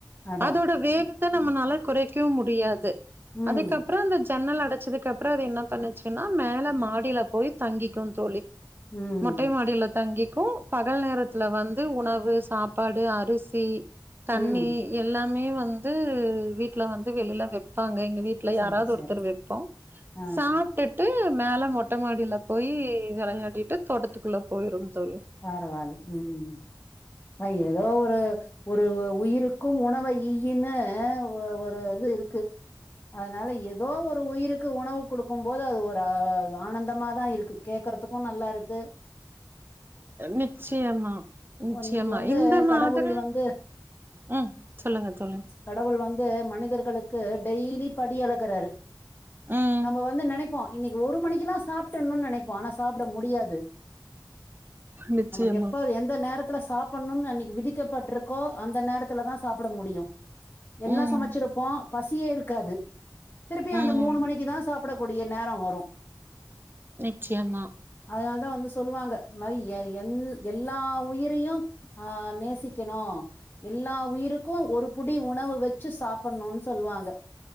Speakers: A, on the left; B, on the right.
A: அதான்
B: அதோட வேகத்த நம்னால குறைக்கவு முடியாது
A: ம்
B: அதுக்கப்றோ அந்த சன்னல அடைச்சதுக்கு அப்றோ அது என்ன பண்ணுச்சுன்னா மேல மாடியில போய் தங்கிக்கு தோழி
A: ம்
B: மொட்டை மாடில தங்கிக்கு பகல் நேரத்துல வந்து உணவு சாப்பாடு அரிசி தண்ணி
A: ம்
B: இது எல்லாமே வந்து வீட்டுல வந்து வெளில வெப்பாங்க எங்க வீட் ல யாராவது
A: சரி
B: ஒருத்தர்
A: சரி
B: வைப்போ
A: ஆ ஆ
B: சாப் விட்டுட்டு மேல மொட்ட மாடில போய் வெளையாடிட்டு தோட்டத்துக்குள்ள போய்டு தோழி
A: பரவால்ல ம் ஆ ஏதோ ஒரு ஒரு உயிருக்கு உணவை ஈயின்னு ஒரு இது இருக்கு அதனால ஏதோ ஒரு உயிருக்கு கொடுக்கு போது அது ஆனந்தமா தா இருக்கு கேக்கறதுக்கு நல்லாருக்கு
B: நிச்சயமா நிச்சயமா
A: இன்னைக்கு வந்து
B: இந்த மாதிரி
A: கடவுள் வந்து
B: ம் சொல்லுங்க தோழி
A: கடவுள் வந்து மனிதர்களுக்கு டெய்லி படி அளக்குறாரு
B: ம்.
A: நம்ம வந்து நினைப் போ இன்னைக்கு ஒரு மணிக்கக்குல்லா சாப்ட்றணுனு நெனைப்போ ஆனா சாப்ட முடியாது
B: நிச்சயமா
A: நமக்கு எப்போ எந்த நேரத்துல சாப்டனுனு அன்னைக்கு விதிக்கப்பட்ருக்கோ அந்த நேரத்துல தா சாப்ட முடியு எல்லா
B: ம்
A: சமைச்சிருப்போ பசியேருக்காது திருப்பியு
B: ம்
A: அந்த மூணு மணிக்குதா சாப்டக்கூடிய நேரோ வரு
B: நிச்சயமா
A: அதனால தா வந்து சொல்லுவாங்க மாரி எ என் எல்லா உயிரையு ஆ நேசிக்கணு எல்லா உயிருக்கு ஒரு புடி உணவு வச்சு சாப்பிட்ணுன்னு சொல்லுவாங்க